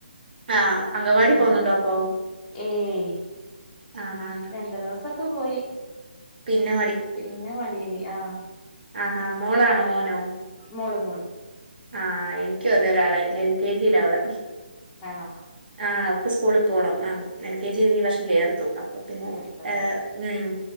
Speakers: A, on the right; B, on the left.
A: ആഹ് അങ്കവാടി പോന്നുണ്ടോ
B: ആഹ്
A: അപ്പൊ
B: ഏയ്
A: ആഹ് ആഹ് ആഹ്
B: രണ്ട് ദിവസൊക്കെ പോയി
A: പിന്നെ
B: പിന്നെ മടിയായി ആഹ്
A: ആഹ് ഹാ മോളാണോ മോനോ
B: മോള് മോള്
A: ആഹ് എനിക്കും അതെ ഒരാളായി എൽ കെ ജി യില അവള്
B: ആണോ
A: ആഹ് അവക്ക് സ്കൂളിൽ പോണം ആഹ് എൽ കെ ജി ഈ വർഷം ചേർത്തു അപ്പൊ പിന്നെ
B: ചേർത്തൂനെ
A: ഏഹ് ഉം